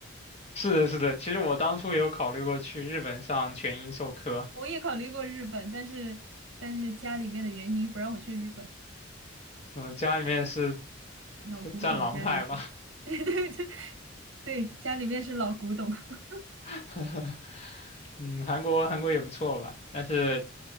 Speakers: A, on the left; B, on the right.
A: 是的，是的。其实我当初有考虑过去日本上全英授课，
B: 我也考虑过日本，但是但是家里面的原因不让我去日本，
A: 嗯，家里面是 <laughs>
B: 老古董家里面是
A: 战狼派吧？
B: <laughs> 对对对对，家里面是老古董。<laughs>
A: <laughs> 嗯，韩国韩国也不错吧，但是